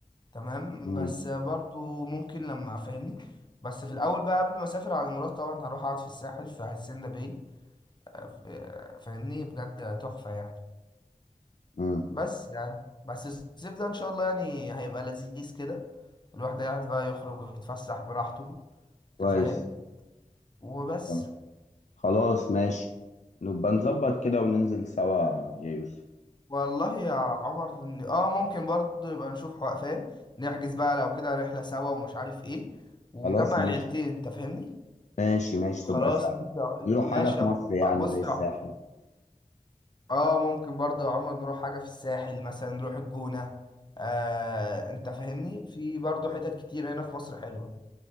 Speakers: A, on the left; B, on the left.
A: تمام
B: مم.
A: بس برضو ممكن لما فاهمني بس في الاول بقى قبل ما اسافر على مراد طبعا هروح اقعد في الساحل في هاسيندا باي آه، في- فاهمني بجد تحفة يعني
B: مم.
A: بس يعني بس الصيف ده ان شاء الله يعني هيبقى لذيذ كده الواحد هيعرف بقى يخرج ويتفسح براحته
B: كويس
A: انت فاهم وبس
B: طب خلاص ماشي نبقى نظبط كده وننزل سوا يا يوسف
A: والله يا عمر إن- اه ممكن برضو نبقى نشوف حوا- فاهم نحجز بقى لو كده رحلة سوا ومش عارف ايه ونجمع
B: خلاص ماشي
A: العيلتين انت فاهمني
B: ماشي ماشي
A: خلاص
B: تبقى سهل
A: ماشي يا-
B: بيقولوا حاجة
A: ماشي
B: في
A: يا-
B: مصر يعني
A: بص
B: زي الساحل
A: اه ممكن برضه يا عمر نروح حاجة في الساحل مثلا نروح الجونة آه انت فاهمني في برضه حتت كتير هنا في مصر حلوة